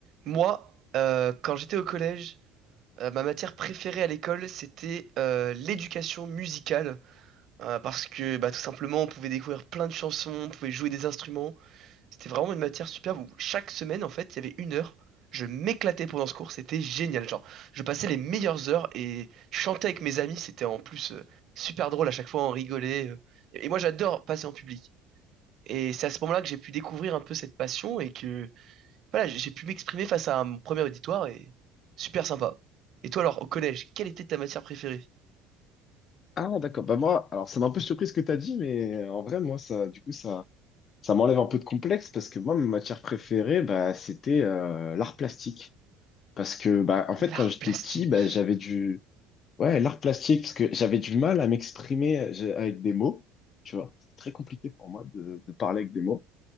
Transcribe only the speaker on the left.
Ah, d'accord. Bah, moi, alors, ça m'a un peu surpris ce que tu as dit, mais euh, en vrai, moi, ça, du coup, ça, ça m'enlève un peu de complexe parce que moi, ma matière préférée, bah, c'était euh, l'art plastique. Parce que, bah, en fait,
quand j'étais
petit, bah, j'avais du, ouais, l'art plastique, parce que j'avais du mal à m'exprimer euh, j'ai- avec des mots. Tu vois, c'est très compliqué pour moi de, de parler avec des mots.